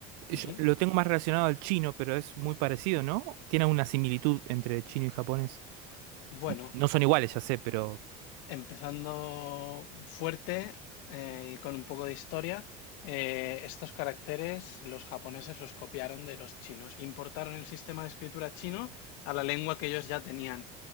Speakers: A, on the right (about 85°); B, on the left (about 70°).
A: Yo
B: Ujú.
A: lo tengo más relacionado al chino, pero es muy parecido, ¿no? Tiene una similitud entre chino y japonés.
B: Bueno,
A: N- No son iguales, ya sé, pero...
B: empezando fuerte eh, y con un poco de historia, eh, estos caracteres los japoneses los copiaron de los chinos. Importaron el sistema de escritura chino a la lengua que ellos ya tenían.